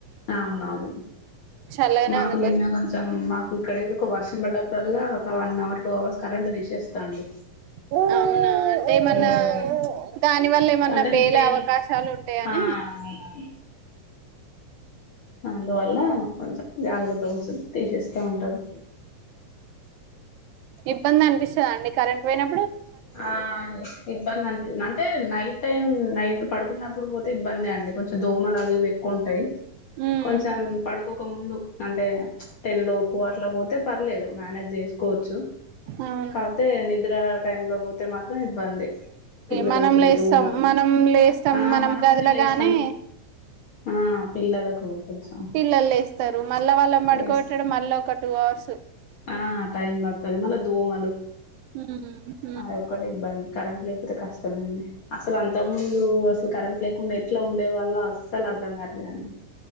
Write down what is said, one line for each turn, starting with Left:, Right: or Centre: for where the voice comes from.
Left: అవునవును
Right: చల్లగానే
Left: మాకు
Right: ఉంది
Left: నిన్న కొంచెం మాకు ఇక్కడా ఎండు ఒక వర్షం పడ్డప్పుడల్లా ఒక one hour two hours current తీసేస్తాండు
Right: ఓ ఏమన్నా
Left: ఉమ్
Right: దాని వల్ల ఏమన్నా
Left: అంటే
Right: పేలే
Left: రిపేర్లు
Right: అవకాశాలు ఉంటాయని
Left: ఆ అవునవును అందువల్ల కొంచెం జాగ్రత్త కోసం తీసేస్తా ఉంటారు
Right: ఇబ్బంది అనిపిస్తదా అండి కరెంట్ పోయినా
Left: ఆ ఇబ్బంది అనిపి అంటే నైట్ టైం నైట్ పడుకున్నప్పుడు పోతే ఇబ్బంది అండి కొంచెం దోమలు అవి ఇవి ఎక్కువ ఉంటాయి
Right: ఉమ్
Left: కొంచెం పడు ఇంక్కొక ముందు అంటే టెన్ లోప్పు అట్ల పోతే పర్లేదు మేనేజ్ చేస్ కోవచ్చు
Right: అవును
Left: కాతే నిద్ర టైం లో పోతే మాత్రం ఇబ్బంది పిల్లలకు
Right: మనం లేస్తాం
Left: దోమలు
Right: మనం లేస్తాం
Left: ఆ
Right: మనం
Left: మనమంటే
Right: గదిలోగానే
Left: లేస్తాం ఆ పిల్లలకు కొంచెం
Right: పిల్లలు లేస్తారు మళ్ళా వాళ్ళ మడుకోట్టడం
Left: లేస్త
Right: మళ్ళా ఒక టు హా అవర్స్
Left: ఆ టైమ్ బడతది మల్ల దోమ
Right: హ్మ్
Left: ఆ ఒక్కటి ఇబ్బంది కరెంట్ లేకపోతే కష్టమే అండి అసలు అంత ముందు అసలు కరెంట్ లేకుండా ఎట్లా ఉండే వాళ్ళో అసలు అర్థం కావట్లేద్ అండి